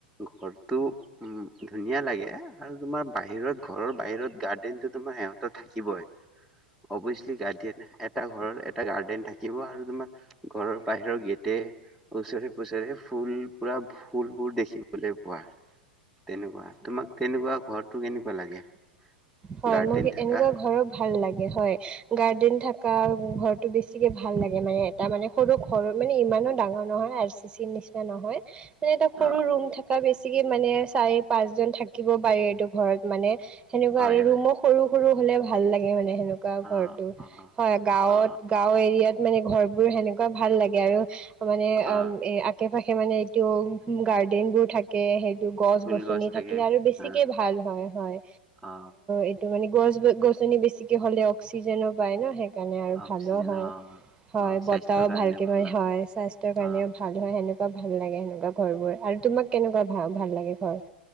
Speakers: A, in the centre; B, on the right (about 20°).
A: ঘৰটো ধুনীয়া লাগে আৰু তোমাৰ বাহিৰত ঘৰৰ বাহিৰত গাৰ্ডেন তুমাৰ ইহঁতৰ থাকিবই অৱশ্যে গাৰ্ডেন এটা ঘৰৰ গাৰ্ডেন থাকিব আৰু তোমাৰ ঘৰৰ বাহিৰৰ গেটে ওচৰে পুজৰে ফুল পুৰা ফুলবোৰ দেখ দিবলে পোৱা তেনেকুৱা তোমাক তেনেকুৱা ঘৰো কেনেক লাগে।
B: হয়
A: গাৰ্ডেন
B: মোক
A: থাকা
B: এনেকুৱা ঘৰৰ ভাল লাগ হয় গাৰ্ডেন থকা ঘৰটো বেছিকে ভাল লাগে মানে এটা মানে সৰু ঘৰ মানে ইমানো ডাঙৰ নহয় আৰ চি চিৰ নিচিনা নহয় <inaudible> মানে এটা সৰু
A: অ
B: ৰুম থাকা বেছ বেছিকে মানে চাৰি পাঁচজন থাকিব পাৰি এইটো ঘৰত মানে সেনেক ৰুমো
A: হয় হয়
B: সৰু সৰু হ'লে ভাল লাগে মানে। হয়
A: অ
B: ঘৰটো
A: অ
B: গাঁৱত
A: অ
B: গাওঁ এৰিয়া মানে ঘৰবোৰ সেনেকুৱা ভাল লাগে আৰু মানে উম,
A: অ
B: এ আকে পাশে কে মানে এইটো গাৰ্ডেনবোৰ থাকে সেই গছ-গছনি
A: ফুল গছ থাকে
B: থাকিলে আৰু বেছিকে
A: অ
B: ভাল হয়, হয়।
A: অ
B: এইটো মানে গছ-গছনি বেছিকে হ'লে অক্সিজেনো পায় ন' সে সেইকাৰণে আৰু
A: অক্সিজেন
B: ভালো হয়
A: অ
B: হয়
A: অ
B: বতাহও
A: স্বাস্থ্যৰ কাৰণে
B: ভালকৈ
A: ভাল
B: মান হয় স্বাস্থ্যৰ কাৰণেও
A: অ
B: ভাল হয় সেনেকুৱা ভাল লাগে সেনেকুৱা ঘৰবোৰ আৰু তোমাক কেনেকুৱা ভা ভাল লাগে ঘৰ?